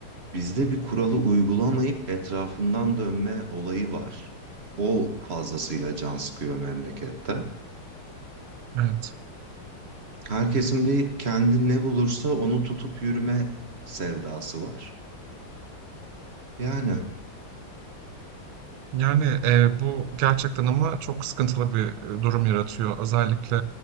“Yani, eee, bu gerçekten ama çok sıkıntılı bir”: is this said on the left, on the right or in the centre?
Right